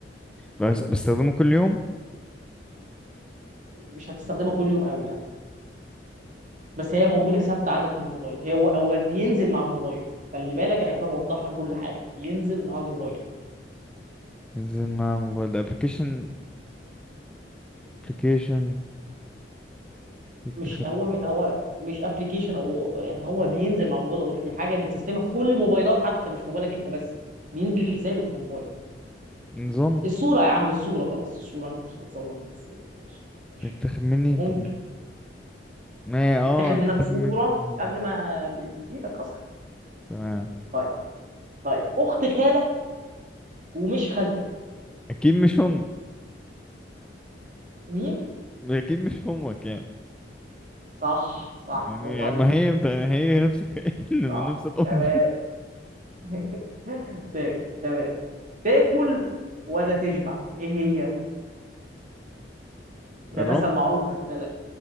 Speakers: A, in the centre; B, on the right.
A: بس بستخدمه كل يوم
B: مش هتستخدمها كل يوم قوي لا بس هي موجوده ثابته عندك في الموبايل هي هو هو بينزل مع الموبايل خلي بالك انا كده بوضح لك كل حاجه ينزل مع الموبايل
A: بنزل مع الموبايل ده ابلكيشن ابلكيشن بيتاخد
B: مش هو هو مش ابلكيشن او يعني هو بينزل مع الموبايل اوريدي حاجه متسيستمه في كل موبايلات حتى مش في موبايلك انت بس بينزل ثابت في الموبايل
A: نظام
B: الصورة يا عم الصورة خلاص الصورة انت مش هتصلح الصورة ماشي ماشي
A: بيتاخد مني
B: ممكن
A: طب ما اه
B: بتاخد منك
A: بيتاخد
B: صورة
A: مني آه،
B: قبل ما بتجيلك اصلا
A: تمام
B: طيب طيب اخت خالك ومش خالتك
A: اكيد مش امك
B: مين؟
A: اكيد مش امك
B: صح صح
A: يعني
B: برافو عليك
A: ما هي بتا... هي نفس الكائن <laughs> من
B: صح
A: نفس الأم
B: تمام
A: <laughs>
B: <laughs> تاك- تمام تاكل ولا تشبع ايه هي؟ ده
A: الرمل
B: مثل معروف خلي بالك